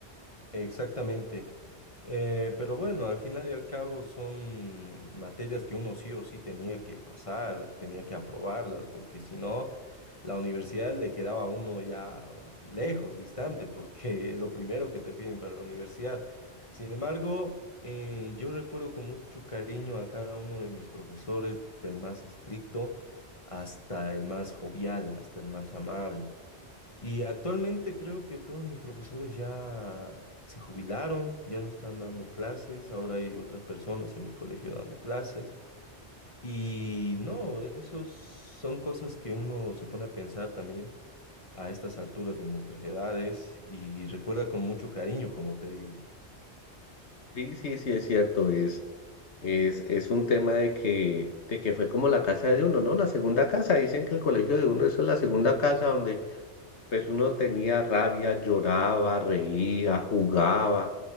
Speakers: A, on the left (about 30°); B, on the left (about 80°).
A: Exactamente. Eh, pero bueno, al final y al cabo son materias que uno sí o sí tenía que pasar, tenía que aprobarlas, porque si no, la universidad le quedaba a uno ya lejos, distante, porque <laughs> es lo primero que te piden para la universidad. Sin embargo, eh, yo recuerdo con mucho cariño a cada uno de mis profesores, del más estricto hasta el más jovial, hasta el más amable. Y actualmente creo que todos mis profesores ya se jubilaron, ya no están dando clases, ahora hay otras personas en mi colegio dando clases. Y no, esos son cosas que uno se pone a pensar también a estas alturas de nuestras edades y recuerda con mucho cariño, como te digo.
B: Sí, sí, sí, es cierto, es, es, es un tema de que, de que fue como la casa de uno, ¿no? La segunda casa, dicen que el colegio de uno, eso es la segunda casa donde pues uno tenía rabia, lloraba, reía, jugaba,